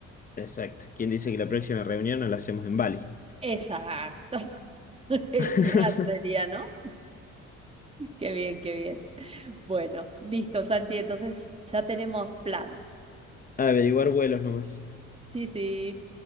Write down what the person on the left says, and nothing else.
Exacto. ¿Quién dice que la próxima reunión no la hacemos en Bali?
<laughs>
Averiguar vuelos nomás.